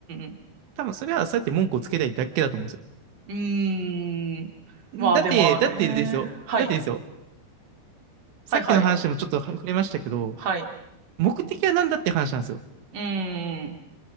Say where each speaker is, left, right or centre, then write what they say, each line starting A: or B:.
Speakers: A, on the right; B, on the right.
A: ん。
B: 多分それはそうやって文句をつけたいだけだと思うんですよ。
A: うーん。まあ、
B: だって、
A: でもね。
B: だってですよ。
A: はい。
B: だってですよ。さっきの話でもちょっと触れましたけど、
A: はい、はい。はい。
B: 目的は何だって話なんですよ。
A: うーん。